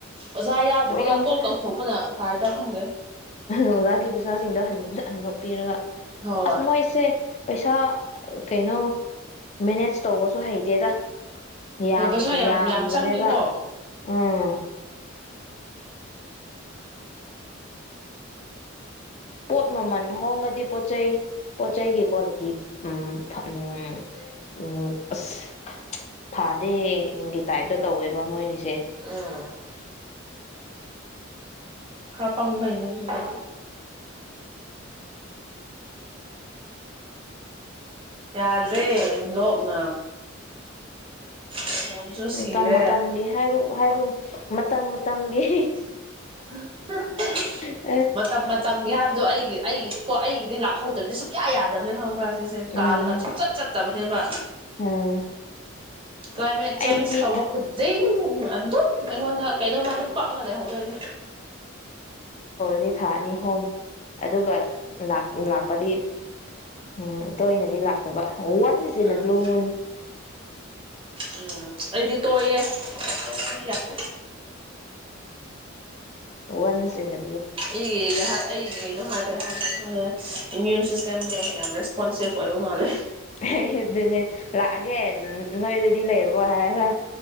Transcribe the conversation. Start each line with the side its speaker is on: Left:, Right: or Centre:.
Right: ꯑꯣꯖꯥ ꯌꯥꯎꯗꯕꯤꯗ
Left: ꯄ꯭ꯔꯣꯒ꯭ꯔꯥꯝꯁꯦ
Right: ꯀꯣꯛ ꯇꯧꯊꯣꯛꯄꯅ ꯐꯔꯗ꯭ꯔꯥ ꯈꯪꯗꯦ
Left: ꯑꯣꯖꯥꯒꯤ ꯄꯩꯁꯥꯁꯤꯡꯗꯣ ꯍꯟ ꯍꯟꯗꯣꯛꯄꯤꯔꯒ
Right: ꯍꯣꯏ
Left: ꯑꯁ ꯃꯣꯏꯁꯦ ꯄꯩꯁꯥ ꯀꯩꯅꯣ ꯃꯦꯅꯦꯖ ꯇꯧꯕꯁꯨ ꯍꯩꯇꯦꯗ ꯌꯥꯝ
Right: ꯍꯣꯏ ꯄꯩꯁꯥ
Left: ꯌꯥꯝꯕꯅꯦꯕ
Right: ꯌꯥꯝ ꯆꯪꯉꯤꯀꯣ
Left: ꯎꯝ ꯄꯣꯠ ꯃꯃꯟ ꯍꯣꯡꯉꯗꯤ ꯄꯣꯠꯆꯩ ꯄꯣꯠ ꯆꯩꯩꯒꯤ ꯀ꯭ꯋꯥꯂꯤꯇꯤꯎꯝ ꯎꯝ ꯎꯝ ꯑꯁ ꯐꯥꯗꯦꯒꯤ ꯇꯥꯏꯞꯇ ꯇꯧꯋꯦꯕ ꯃꯣꯏꯒꯤꯁꯦ
Right: ꯎꯝ ꯈꯔ ꯄꯪꯕꯩꯅꯦ ꯑꯗꯨꯗꯣ ꯌꯥꯗ꯭ꯔꯦ ꯂꯣꯛꯅ ꯈꯣꯟꯖꯨ
Left: ꯃꯇꯝ
Right: ꯁꯤꯔꯦ
Left: ꯃꯇꯝꯒꯤ ꯍꯥꯏꯕ ꯍꯥꯏꯕ ꯃꯇꯝ ꯃꯇꯝꯒꯤ
Right: <unintelligible>
Left: ꯍꯤ
Right: ꯃꯇꯝ ꯃꯇꯝꯒꯤ ꯍꯥꯏꯕꯗꯣ ꯑꯩꯒꯤ ꯑꯩꯒꯤꯗꯤ ꯀꯣ ꯑꯩꯒꯤꯗꯤ ꯂꯥꯛꯍꯧꯗ꯭ꯔꯗꯤ ꯁꯨꯛꯌꯥ ꯌꯥꯗꯕꯅꯦ ꯈꯪꯕ꯭ꯔꯥ ꯆꯦ ꯀꯥꯜꯂꯒ
Left: ꯎꯝ
Right: ꯁꯨꯡꯆꯠ ꯆꯠꯇꯕ ꯅꯦꯕꯥ
Left: ꯎꯝ
Right: ꯀ꯭ꯂꯥꯏꯃꯦꯠ ꯆꯦꯟꯖ
Left: ꯑꯩꯗꯤ
Right: ꯇꯧꯕ ꯈꯨꯗꯤꯡ ꯎꯝ ꯑꯗꯨꯝ ꯑꯩꯪꯉꯣꯟꯗ ꯀꯩꯅꯣꯃꯥ ꯑꯗꯨꯝ ꯄꯛꯑꯒ ꯂꯩꯍꯧꯗꯣꯏꯅꯦ
Left: ꯑꯗꯩ ꯊꯥ ꯑꯅꯤ ꯍꯨꯝ ꯑꯗꯨꯒ ꯂꯥꯛ ꯂꯥꯛꯄꯗꯤ ꯍꯨꯝ ꯇꯣꯏꯅꯗꯤ ꯂꯥꯛꯇꯕ ꯋꯥꯟꯅꯁ ꯏꯟ
Right: ꯎꯝ
Left: ꯑꯦ ꯕ꯭ꯂꯨ ꯃꯨꯟ
Right: ꯎꯝ ꯑꯩꯗꯤ ꯇꯣꯏꯌꯦ ꯇꯣꯏꯌꯦ ꯑꯩꯗꯤ ꯌꯥꯗꯦ
Left: ꯋꯥꯟꯁ ꯆꯤꯡꯉ
Right: ꯑꯩꯒꯤ ꯀꯩ ꯍꯥꯏ ꯑꯩꯒꯤ ꯀꯩꯅꯣ ꯍꯥꯏ ꯀꯩ ꯍꯥꯏꯒ꯭ꯔꯦ ꯈꯣꯏꯅ ꯏꯃ꯭ꯌꯨꯟ ꯁꯤꯁꯇꯦꯝꯗꯣ ꯌꯥꯝ ꯔꯦꯁꯄꯣꯟꯁꯤꯞ ꯑꯣꯏꯕ ꯃꯥꯜꯂꯦ
Left: ꯍꯦ ꯍꯦ ꯑꯗꯨꯅꯦ ꯂꯥꯛꯑꯒꯦ ꯅꯣꯏ ꯗꯤ ꯂꯩꯔꯕꯣ ꯍꯥꯏꯔꯒ